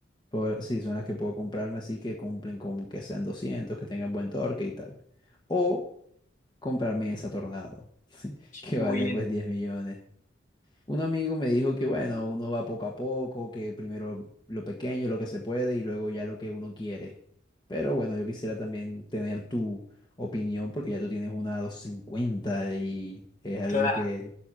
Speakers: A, on the left; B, on the left.
A: Por- sí, son las que puedo comprarme, así que cumplen con que sean 200, que tengan buen torque y tal. O comprarme esa Tornado, <laughs> que
B: Uy,
A: vale
B: en-
A: pues 10 millones. Un amigo me dijo que bueno, uno va poco a poco, que primero lo pequeño, lo que se puede y luego ya lo que uno quiere. Pero bueno, yo quisiera también tener tu opinión porque ya tú tienes una 250 y es algo
B: claro.
A: que